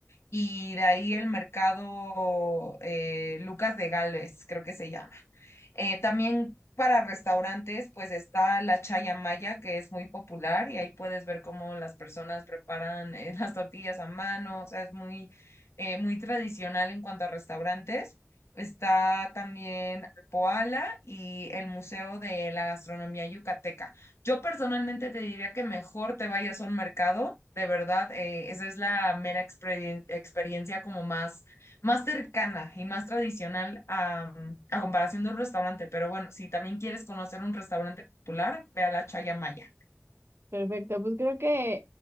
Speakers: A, on the left; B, on the right.
A: y de ahí el mercado eh, Lucas de Gálvez, creo que se llama. Eh, también para restaurantes, pues está la chaya maya, que es muy popular, y ahí puedes ver cómo las personas preparan eh, <laughs> las tortillas a mano, o sea, es muy, eh, muy tradicional en cuanto a restaurantes. Está también Poala y el Museo de la Gastronomía Yucateca. Yo personalmente te diría que mejor te vayas a un mercado, de verdad, eh, esa es la mera experien- experiencia como más más cercana y más tradicional a, a comparación de un restaurante. Pero bueno, si también quieres conocer un restaurante popular, ve a la Chaya Maya.
B: Perfecto, pues creo que